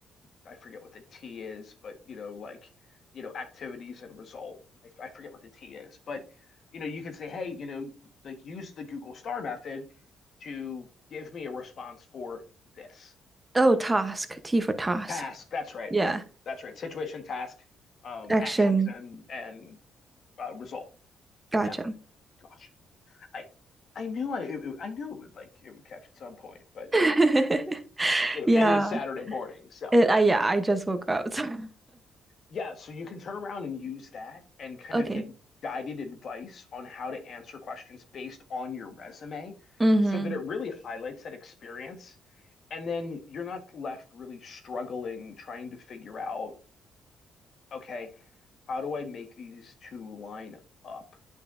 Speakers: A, on the left; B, on the right.
A: I forget what the T is, but you know, like, you know, activities and result. And I, I forget what the T is, but you know, you can say, hey, you know, like use the Google Star method to give me a response for this
B: Oh, task. T for task.
A: task. That's right.
B: Yeah.
A: That's right. Situation, task, um,
B: Action.
A: actions, and and uh, result.
B: Gotcha.
A: Yeah. Gosh, I I knew I it, I knew it would like it would catch at some point, but
B: <laughs>
A: you know,
B: Yeah.
A: it is Saturday morning, so.
B: It, I yeah, I just woke up. <laughs> so-
A: yeah, so you can turn around and use that and kind
B: Okay.
A: of get guided advice on how to answer questions based on your resume
B: Mm-hmm.
A: so that it really highlights that experience. And then you're not left really struggling trying to figure out, okay, how do I make these two line up?